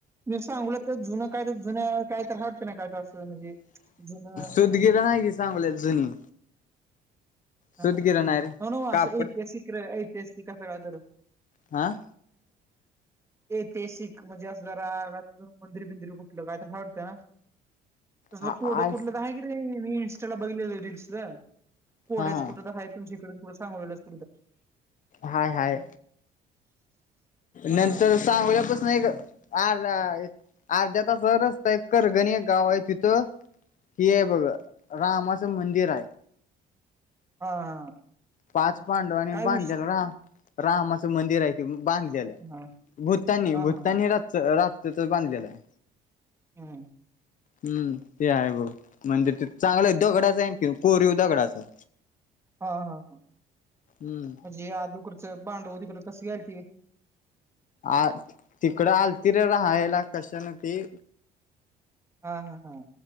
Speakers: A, on the right; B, on the left.
A: मी सांगोल्यात काय जुनं कायतर जुन्या काय तर हाओत कनाही काय तर असं म्हणजे जुनं
B: सुतगिरण आहे की सांगोल्यात जुनी
A: हा
B: सुतगिरण
A: हा नव्ह
B: आहे रे
A: नव्ह
B: कापड
A: असं ऐतिहासिक र ऐतिहासिक असं कायतर
B: आ
A: <inaudible> एतिहासिक म्हणजे असं जरा का मंदिर बिंदिर कुठलं काय तर हाय वाटतं ना तस
B: हा
A: कोडं
B: आज
A: कुटलं तर आहे की रे मी इनस्टा ला बघलेलं रीलल्सचं कोड्याचं
B: हा हा
A: कुठं तर हाय तुमच्याइकडं कुठं सांगोलेल्याचं
B: हाय हाय नंतर
A: हा
B: सांगोल्यापासनं एक अर्धा एक अर्ध्या तासाचा रस्ता हाय करगनी एक गाव हाय तिथं हि आहे बघ रामाचं मंदिर हाय.
A: हा हा
B: पाच पांडवांनी
A: काय
B: बांधलेलं
A: विषय
B: राम रामाचं मंदिर हाय ते बांध
A: हा
B: भूतांनी
A: हा
B: भूतांनी
A: हा
B: रातच बांधलेलं आहे.
A: हा.
B: हम् ते आहे भाऊ म्हणजे ते चांगलं दगडाच आहे कि कोरीव दगडाच आहे.
A: हा हा हा,
B: हम्म
A: म्हणजे अदो करचं भांडव तिकड कस घ्यायल ती.
B: आ तिकडं आलती रे राहायला कशानती.
A: हा हा हा.